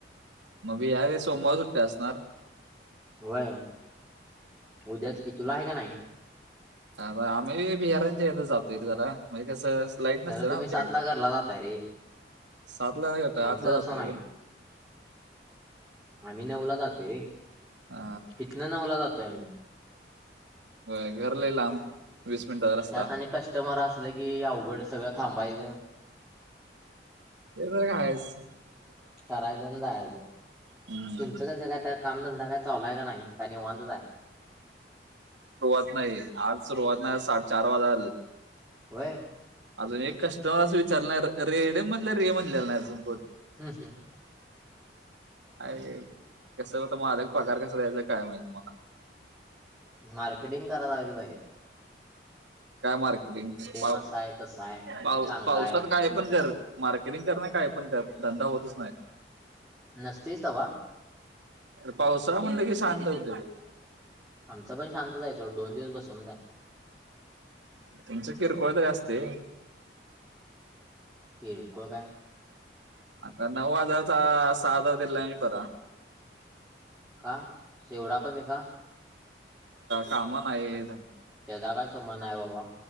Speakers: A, on the right; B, in the centre.
A: मग बिहारी सोमवार सुट्टी असणार.
B: व्हय उद्याच की तुला आहे का नाही?
A: ह आम्ही बिहारांच्या याेत जातोय जरा म्हणजे कसं. लाईट
B: खरं
A: नमच्याच
B: तुम्ही सातला घरला जाताय रे
A: सात ला नाही घत आठला
B: आमचं
A: जात
B: तसं
A: ते.
B: नाही आम्ही नऊला जातो रे
A: हा
B: इथन नवला जातोय आम्ही.
A: हो घर लय लांब वीस मिनिटाचा रस्ता
B: त्यात आणि कस्टमर असलं कि, अवघड सगळं थांबायचं.
A: ते तर काय हायच.
B: करायचं आणि जायचं,
A: हम्म
B: तुमचं कसं काय कामधंदा काय चालाय का नाही का निवांत आहे.
A: सुरुवात नाही आज सुरुवात नाही साडेचार वाजाल.
B: व्हय.
A: अजून एक कस्टमर असं विचारला नाही रेड मधलं रे म्हणलेला नाही अजून कोण.
B: हम्म हम्
A: अर कस होत माझ पगार कसा द्यायचा काय महिना मला.
B: मार्केटिंग करायला ह <unintelligible> की पाहिजे
A: काय मार्केटिंग पा
B: असा आहे तसा आहे
A: पा
B: चांगला
A: पावसात
B: आहे
A: काय पण कर. मार्केटिंग कर नाही काय पण त्या धंदा होतच नाही.
B: नसतेच तवा.
A: पावसा म्हणलं कि शांत होते.
B: आमचं पण शांतच आहे सोडं दोन दिवस बसूनच आहे.
A: तुमचं किरकोळतरी असते.
B: किरकोळ काय
A: आता नऊ हजारचा सहा हजार दिला आहे म बरा.
B: का शेवडा कमी का?
A: काम नाहीत
B: त्याचा काय संबंध नाही बाबा.